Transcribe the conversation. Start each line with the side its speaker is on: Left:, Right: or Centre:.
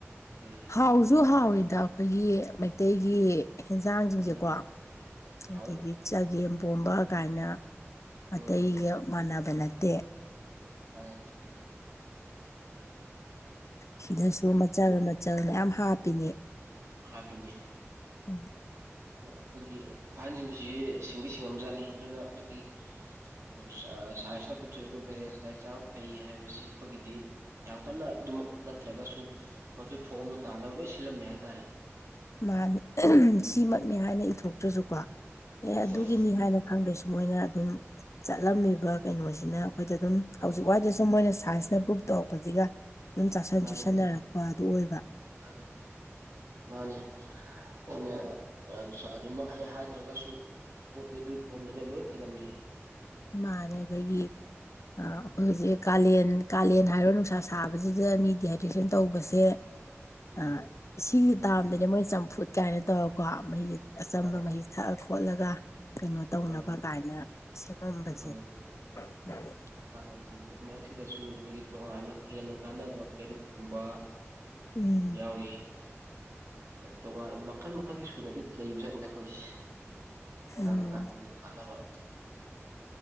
Right: ꯎꯝ
Left: ꯍꯥꯎꯖꯨ ꯍꯥꯎꯋꯤꯗ ꯑꯈꯣꯏꯒꯤ ꯃꯩꯇꯩꯒꯤ ꯍꯦꯟꯖꯥꯡꯖꯤꯡꯖꯦꯀꯣ
Right: ꯎꯝ
Left: ꯑꯗꯒꯤ
Right: ꯍꯥꯎꯋꯤ
Left: ꯆꯒꯦꯝꯄꯣꯝꯕ ꯀꯥꯏꯅ ꯑꯇꯩꯒ
Right: ꯎꯝ ꯎꯝ ꯎꯝ
Left: ꯃꯥꯟꯅꯕ ꯅꯠꯇꯦ
Right: ꯃꯥꯅꯦ <inaudible>
Left: ꯁꯤꯗꯁꯨ ꯃꯆꯜ ꯃꯆꯜ ꯃꯌꯥꯝ ꯍꯥꯞꯄꯤꯅꯦ
Right: ꯍꯥꯄꯤꯅꯤ
Left: ꯎꯝ
Right: ꯃꯥ ꯑꯩꯈꯣꯏꯒꯤ ꯑꯍꯟꯖꯤꯡꯁꯤ ꯁꯤꯡꯗꯤ ꯁꯤꯡꯉꯝꯖꯥꯠꯅꯤ ꯑꯗꯨꯅ ꯑꯈꯣꯏꯒꯤ <unintelligible> ꯁꯥꯏꯟꯁꯅ ꯄꯨꯊꯣꯛꯏꯕ ꯕꯦꯂꯦꯟꯁ ꯗꯥꯏꯠ ꯆꯥꯕ ꯐꯩ ꯍꯥꯏꯕꯁꯤ ꯑꯩꯈꯣꯏꯒꯤꯗꯤ ꯌꯥꯝ ꯀꯟꯅ ꯑꯗꯨꯃꯛ ꯅꯠꯇ꯭ꯔꯥꯒꯁꯨ ꯃꯗꯨ ꯐꯣꯝꯗꯣ ꯇꯥꯅꯕ ꯂꯣꯏ ꯁꯤꯜꯂꯝꯃꯦ ꯍꯥꯏꯇꯥꯔꯦ
Left: ꯃꯥꯅꯤ ꯑꯍꯝ ꯁꯤꯃꯛꯅꯦ ꯍꯥꯏꯅ ꯏꯊꯣꯛꯇ꯭ꯔꯥꯖꯨꯀꯣ ꯑꯦ ꯑꯗꯨꯒꯤꯅꯤ
Right: ꯍꯣꯏ
Left: ꯍꯥꯏꯅ ꯈꯥꯡꯗ꯭ꯔꯥꯁꯨ ꯃꯣꯏꯅ ꯑꯗꯨꯝ ꯆꯠꯂꯝꯃꯤꯕ ꯀꯩꯅꯣꯁꯤꯅ ꯑꯩꯈꯣꯏꯗ ꯑꯗꯨꯝ ꯍꯧꯖꯤꯛ
Right: ꯎꯝ
Left: ꯋꯥꯏꯗꯁꯨ ꯁꯨꯝ ꯃꯣꯏꯅ ꯁꯥꯏꯟꯁꯅ ꯄ꯭ꯔꯨꯚ ꯇꯧꯔꯛꯄꯖꯤꯒ ꯑꯗꯨꯝ ꯆꯥꯁꯟ
Right: ꯃꯥꯅꯤ
Left: ꯆꯨꯁꯟꯅꯔꯛꯄ
Right: ꯃꯥꯅꯤ
Left: ꯑꯗꯨ ꯑꯣꯏꯕ
Right: ꯃꯥꯅꯦ ꯃꯥꯅꯦ ꯍꯥ ꯑꯣꯅꯦ <unintelligible> ꯑꯗꯨꯃꯛ ꯍꯦꯛ ꯍꯥꯏꯗ꯭ꯔꯒꯁꯨ ꯄꯣꯠꯇꯤ ꯑꯗꯨꯏ ꯐꯣꯝꯗꯅꯦ ꯂꯣꯏ ꯊꯟꯅꯝꯃꯤꯁꯤ
Left: ꯃꯥꯅꯦ ꯑꯗꯒꯤ ꯑꯥ ꯍꯧꯖꯤꯛ ꯀꯥꯂꯦꯟ ꯀꯥꯂꯦꯟ ꯍꯥꯏꯔꯣ ꯅꯨꯡꯁꯥ ꯁꯥꯕꯁꯤꯗ ꯃꯤ ꯗꯤꯍꯥꯏꯗ꯭ꯔꯦꯁꯟ ꯇꯧꯕꯁꯦ <inaudible>
Right: ꯎꯝ
Left: ꯑꯥ ꯁꯤꯒꯤ ꯇꯥꯝꯗꯅꯦ ꯃꯣꯏ ꯆꯝꯐꯨꯠ ꯀꯥꯏꯅ ꯇꯧꯔꯀꯣ ꯃꯍꯤ ꯑꯆꯝꯕ
Right: ꯃꯥꯅꯦ
Left: ꯃꯍꯤ ꯊꯛꯑꯥ ꯈꯣꯠꯂꯒ ꯀꯩꯅꯣ ꯇꯧꯅꯕ
Right: ꯎꯝ
Left: ꯀꯥꯏꯅ ꯁꯦꯝꯃꯝꯕꯁꯦ
Right: ꯎꯝ
Left: <inaudible>
Right: ꯃꯥꯟꯅꯦ ꯆꯝꯐꯨꯠ ꯃꯔꯛꯁꯤꯗꯁꯨ ꯑꯩꯈꯣꯏꯒꯤ ꯇꯣꯉꯥꯟꯅ ꯍꯦꯟꯅ ꯀꯥꯟꯅꯕ ꯄꯦꯔꯨꯛꯀꯨꯝꯕ
Left: ꯎꯝ
Right: ꯌꯥꯎꯔꯤ ꯇꯣꯉꯥꯟ ꯃꯈꯜ ꯃꯈꯜꯒꯤ ꯁꯨꯅ ꯑꯗꯨ ꯂꯩꯕ ꯆꯠꯅꯤꯗ ꯑꯩꯈꯣꯏꯁ
Left: ꯎꯝ
Right: ꯀꯟꯅꯥ ꯀꯥ ꯌꯥꯝ ꯀꯥꯟꯅꯅꯕ